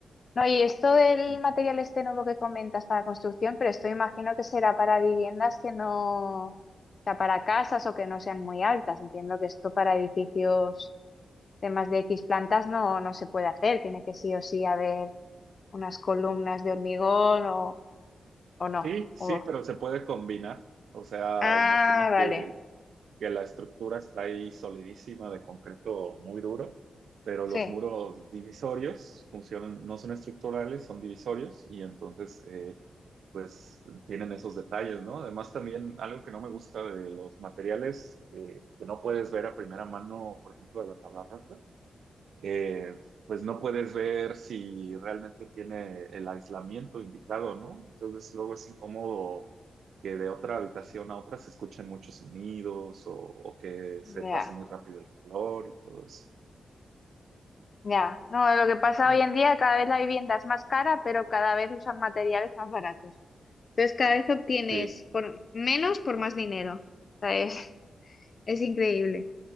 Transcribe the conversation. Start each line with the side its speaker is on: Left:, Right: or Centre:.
Left: No, y esto del
Right: Ujú.
Left: material este nuevo que comentas para construcción, pero esto imagino que será para viviendas que no, o sea, para casas o que no sean muy altas. Entiendo que esto para edificios de más de X plantas no, no se puede hacer. Tiene que sí o sí haber unas columnas de hormigón o, o no.
Right: Sí, sí,
Left: O...
Right: pero se puede combinar. O sea,
Left: Ah,
Right: imagina
Left: vale,
Right: que, que la estructura está ahí solidísima de concreto muy duro, pero
Left: sí,
Right: los muros divisorios funcionan, no son estructurales, son divisorios y entonces eh, pues tienen esos detalles, ¿no? Además también algo que no me gusta de los materiales eh, que no puedes ver a primera mano, por ejemplo, de la tabla roca, eh, pues no puedes ver si realmente tiene el aislamiento indicado, ¿no? Entonces luego es incómodo que de otra habitación a otra se escuchen muchos sonidos o, o que se
Left: ya.
Right: pase muy rápido el calor y todo eso.
Left: Ya, no, lo que pasa
Right: Ujú.
Left: hoy en día, cada vez la vivienda es más cara, pero cada vez usan materiales más baratos. Entonces, cada vez obtienes
Right: Sí.
Left: por menos por más dinero. O sea, es, <laughs> es increíble.